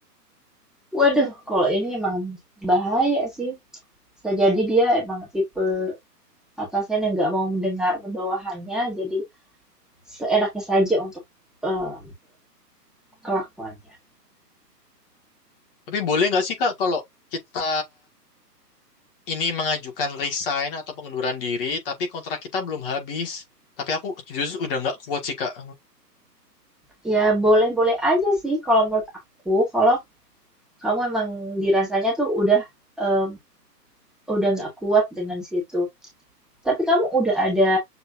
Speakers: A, in the centre; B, on the left.
A: waduh, kalau ini emang bahaya sih. Bisa jadi dia emang tipe atasan yang nggak mau mendengar bawahannya, jadi seenaknya saja untuk eh, berkelakuannya.
B: Tapi boleh nggak sih Kak kalau kita ini mengajukan resign atau pengunduran diri tapi kontrak kita belum habis. Tapi aku justru udah nggak kuat sih Kak.
A: Ya boleh-boleh aja sih kalau menurut aku, kalau kamu emang dirasanya tuh udah em, udah nggak kuat dengan situ. Tapi kamu udah ada